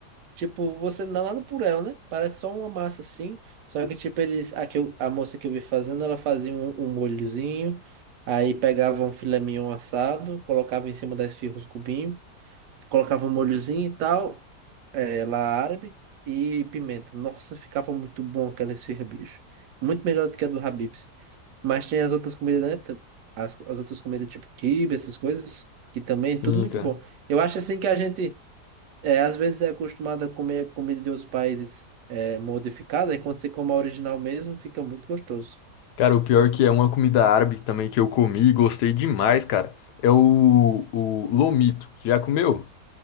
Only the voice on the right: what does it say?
Tipo, você não dá nada por ela, né? Parece só uma massa assim. Só que, tipo, eles. A, que eu- a moça que eu vi fazendo, ela fazia um, um molhozinho. Aí pegava um filé mignon assado, colocava em cima da esfirra os cubinhos, colocava um molhozinho e tal, é, lá árabe, e pimenta. Nossa, ficava muito bom aquela esfirra, bicho. Muito melhor do que a do Habib's. Mas tem as outras comidas, né? Tem As, as outras comidas, tipo quibe, essas coisas, que também é
tudo muito
bom. Eu acho assim que a gente. É, às vezes é acostumado a comer comida de outros países é, modificada, e quando você come a original mesmo, fica muito gostoso.